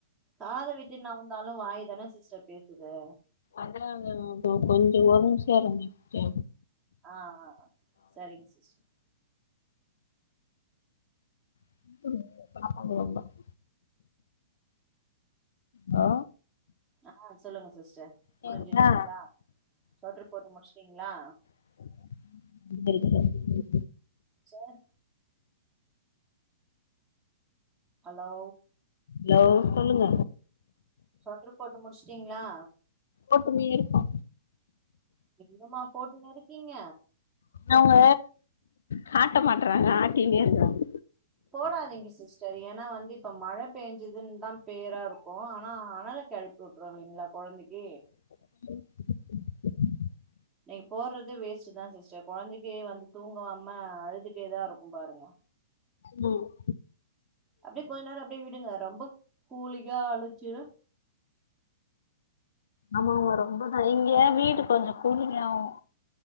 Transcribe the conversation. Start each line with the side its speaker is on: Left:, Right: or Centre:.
Right: காத விட்டு நவுந்தாலும் வாய் தான சிஸ்டர் பேசுது
Left: அதான் அதான் இப்போ கொஞ்சோம் ஒடம்பு சேரி இல்லாம இருந்துச்சு
Right: ஆ ஆ ஆ செரிங்க சிஸ்டர்
Left: <inaudible> ஹலோ
Right: ஆ சொல்லுங்க சிஸ்டர்
Left: கேக்குதா
Right: முடிஞ்சிருச்சுங்களா சொட்டரு போட்டு முடிச்டிங்களா
Left: <inaudible>
Right: செர் ஹலோ
Left: ஹலோ சொல்லுங்க
Right: சொட்டுரு போட்டு முடிச்சுட்டிங்களா
Left: ஓட்டுமே இருப்பா
Right: இன்னும்மா போட்டுன்னு இருக்கீங்க
Left: அவங்க காட்ட மாட்றாங்க ஆட்டின இருக்கறாங்க
Right: போடாதீங்க சிஸ்டர் ஏன்னா வந்து இப்ப மழை பெயஞ்சுதுன்னு தான் பேயரா இருக்கும் ஆனா அனல கெளப்பி விளையாடுறிங்களா குழந்தைக்கி
Left: <unintelligible>
Right: இன்னைக்கு போறதே வேஸ்ட் தான் சிஸ்டர் குழந்தைக்கே தூங்காம வந்து தூங்காம அழுதுட்டேதான் இருக்கும் பாருங்க
Left: ம்
Right: அப்டியே கொஞ்ச நேரம் அப்டியே விடுங்க ரொம்ப கூலிங்கா ஆகுச்சுன்னா
Left: ஆமாங்க ரொம்பதான் இங்க வீட்டு கொஞ்சம் கூலிங் ஆவும்